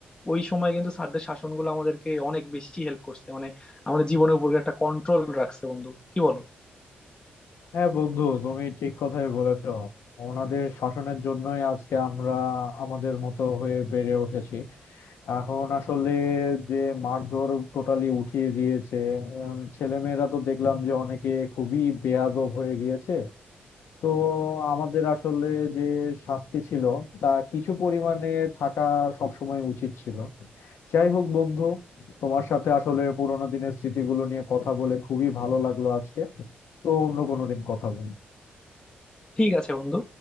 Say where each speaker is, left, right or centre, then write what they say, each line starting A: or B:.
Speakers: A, on the left (about 20°); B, on the left (about 75°).
A: ওই সময় কিন্তু স্যারদের শাসনগুলো আমাদেরকে অনেক বেশি হেল্প করছে মানে আমাদের জীবনের উপর একটা কন্ট্রোল রাখছে বন্ধু কি বলো
B: হ্যাঁ বন্ধু তুমি ঠিক কথাই বলেছো ওনাদের শাসনের জন্যই আজকে আমরা আমাদের মতো হয়ে বেড়ে উঠেছি এখন আসলে যে মারধর টোটালি উঠিয়ে দিয়েছে উম, ছেলেমেয়েরা তো দেখলাম যে অনেকে খুবই বেয়াদব হয়ে গিয়েছে তো আমাদের আসলে যে শাস্তি ছিল তা কিছু পরিমাণে থাকা সবসময় উচিত ছিল যাই হোক বন্ধু তোমার সাথে আসলে পুরোনো দিনের স্মৃতিগুলো নিয়ে কথা বলে খুবই ভালো লাগলো আজকে তো অন্য কোনো দিন কথা বলবো
A: ঠিক আছে বন্ধু